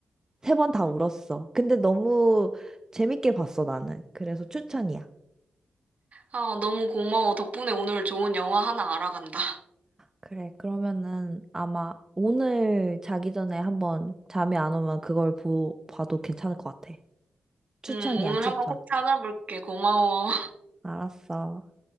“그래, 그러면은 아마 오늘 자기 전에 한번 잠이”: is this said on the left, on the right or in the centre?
Right